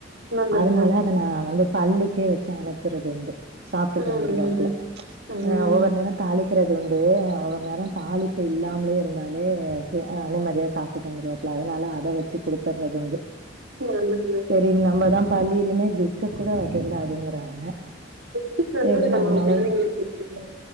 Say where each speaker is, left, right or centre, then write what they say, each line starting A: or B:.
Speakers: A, on the right; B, on the right.
A: நல்லதுமா
B: அதனால அத நா வந்து பள்ளிக்கே வச்சு அனுப்புறது உண்டு சாப்பிட்டுட்டு
A: ம்
B: வந்துருவாப்புல
A: ம் ம்
B: அஹ்
A: ம்
B: ஒவ்வொரு நேரோ தாளிக் வைக்கிறது உண்டு அவர் ந்நேரம் தாளிப்பு இல்லாமலே இருந்தாலே சே நிம்மதியா சாப்டுட்டு வந்துருவாப்புல அதனால அத வச்சு குடுத்துடுறது உண்டு
A: உம் வந்தது இல்லை
B: சரி நம்மதா பள்ளியிலயுமே பிஸ்கட் கூட வைக்கக் கூடாதுங்கிறாங்க
A: பிஸ்கெட் நல்லது
B: சேரினு
A: நம்ம
B: அதனாலலே
A: குழந்தைங்களுக்கு குடுக்கறது